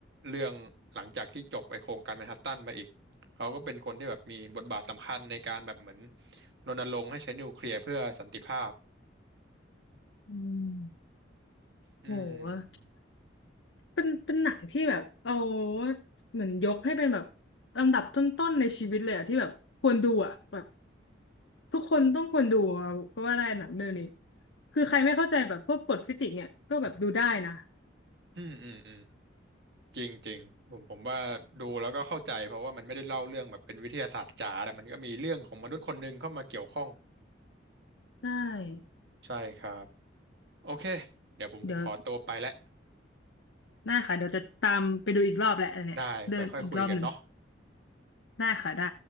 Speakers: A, on the right; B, on the left.
A: เรื่องหลังจากที่จบไอ้โครงการแมนฮัตตันมาอีก เขาก็เป็นคนที่แบบมีบทบาทสำคัญในการแบบเหมือนรณรงค์ให้ใช้นิวเคลียร์เพื่อสันติภาพ
B: อืม
A: อืม
B: โห เป็นเป็นหนังที่แบบเอาเหมือนยกให้เป็นแบบอันดับต้นๆในชีวิตเลยอะที่แบบควรดูอะแบบทุกคนต้องควรดูอะก็ว่าได้หนังเรื่องนี้คือใครไม่เข้าใจแบบพวกกฎฟิสิกส์เนี่ยก็แบบดูได้นะ
A: อืมอืมอืมจริงจริงผมผมว่าดูแล้วก็เข้าใจเพราะว่ามันไม่ได้เล่าเรื่องแบบเป็นวิทยาศาสตร์จ๋าแต่มันก็มีเรื่องของมนุษย์คนหนึ่งเข้ามาเกี่ยวข้อง
B: ได้
A: ใช่ครับโอเคเดี๋ยวผมขอตัวไปแล้ว
B: เดี๋ยวได้ค่ะเดี๋ยวจะตามไปดูอีกรอบแหละอันเนี้ยเรื่องอีกรอบหนึ่ง
A: ได้ไปค่อยคุยกันเนาะ
B: ได้ค่ะได้